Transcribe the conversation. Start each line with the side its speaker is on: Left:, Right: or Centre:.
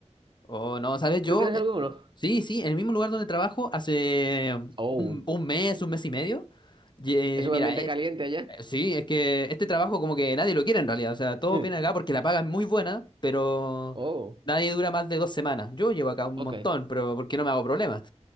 Left: o no, ¿sabes? Yo,
Right: ¿Tú tienes
Left: eh,
Right: alguno?
Left: sí, sí, en el mismo lugar donde trabajo hace
Right: Oh.
Left: un, un mes, un mes y medio, y, eh,
Right: ¿Es un
Left: mira,
Right: ambiente
Left: eh,
Right: caliente allá?
Left: Eh, Sí, es que este trabajo como que nadie lo quiere en realidad. O sea, todos
Right: <laughs>
Left: vienen acá porque la paga es muy buena, pero
Right: Oh,
Left: nadie dura más de dos semanas. Yo llevo acá un
Right: ok.
Left: montón, pero porque no me hago problemas.